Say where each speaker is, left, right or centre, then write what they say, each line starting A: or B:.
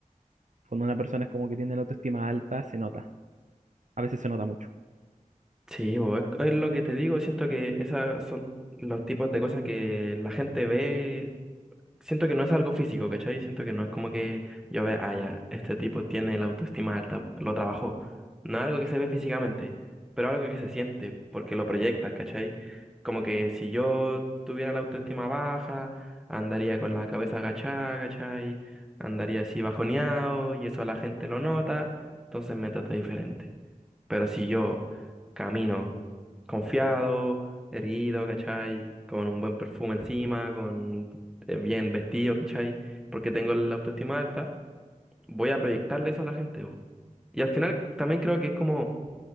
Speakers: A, on the right; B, in the centre.
A: Cuando una persona es como que tiene la autoestima alta, se nota. A veces se nota mucho.
B: Sí, bo, es, es lo que te digo, siento que esas son los tipos de cosas que la gente ve siento que no es algo físico, ¿cachai? Siento que no es como que yo vea, ah, ya, este tipo tiene la autoestima alta, lo trabajó. No es algo que se ve físicamente, pero algo que se siente, porque lo proyectas, ¿cachai? Como que si yo tuviera la autoestima baja, andaría con la cabeza agachada, ¿cachai? Andaría así bajoneado y eso la gente lo nota, entonces me trata diferente. Pero si yo camino confiado, erguido, ¿cachai? Con un buen perfume encima, con eh, bien vestido, ¿cachai? Porque tengo la autoestima alta, voy a proyectarle eso a la gente, po. Y al final también creo que es como